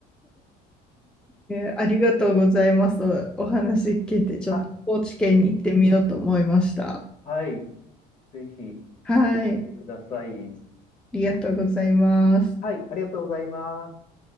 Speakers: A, in the centre; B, on the left.
A: えーありがとうございます。お話聞いて、ちょっと高知県に行ってみようと思いました。
B: あ、はい。ぜひ
A: はい、
B: 行ってみてください。
A: ありがとうございます。
B: はい、ありがとうございます。